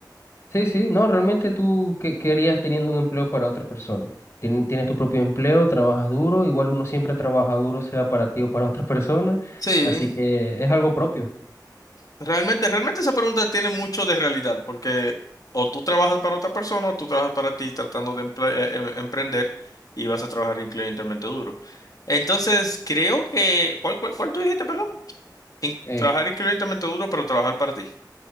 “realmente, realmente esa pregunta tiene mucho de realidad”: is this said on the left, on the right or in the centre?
Left